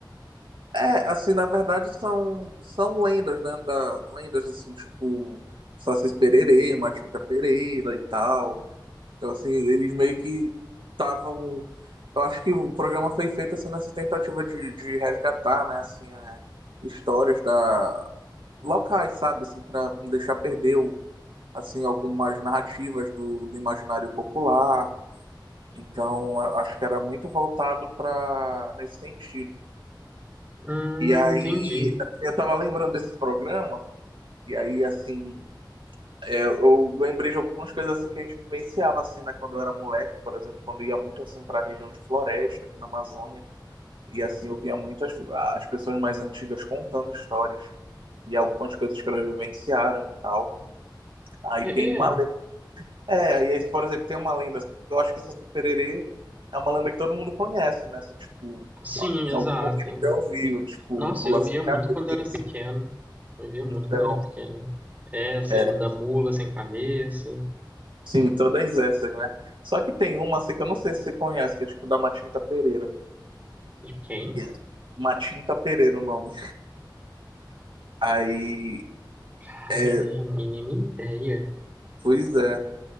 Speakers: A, on the right; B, on the right.
A: é, assim, na verdade são, são lendas, né, da, lendas assim, tipo Sacis Pererê, Matinta Pereira e tal. Então, assim, eles meio que estavam. Eu acho que o programa foi feito assim, nessa tentativa de, de resgatar, né, assim, é, histórias da locais, sabe, assim, para não deixar perder o, assim, algumas narrativas do, do imaginário popular. Então, eu acho que era muito voltado para nesse sentido.
B: Hum,
A: E aí,
B: entendi.
A: eu tava lembrando desse programa, e aí, assim. É, eu lembrei de algumas coisas assim que a gente vivenciava assim, né, quando eu era moleque, por exemplo, quando eu ia muito assim para a região de floresta aqui na Amazônia, e assim eu via muitas as as pessoas mais antigas contando histórias e algumas coisas que elas vivenciaram e tal. Aí
B: É,
A: tem uma
B: é,
A: lenda, é, e aí, por exemplo, tem uma lenda assim, que eu acho que essa Saci-Pererê é uma lenda que todo mundo conhece, né, assim, tipo,
B: sim,
A: em
B: exato.
A: algum momento já ouviu, tipo,
B: Nossa,
A: mula
B: eu
A: sem
B: via
A: cabeça.
B: muito quando eu era pequeno. Eu via
A: Então,
B: muito quando eu era pequeno. É, você
A: é,
B: da mula sem cabeça.
A: Sim, todas essas, né? Só que tem uma assim, que eu não sei se você conhece, que é tipo da Matinta Pereira.
B: De quem?
A: Yeah. Matinta Pereira o nome. Aí,
B: Cara,
A: é,
B: eu tenho a mínima ideia.
A: pois é.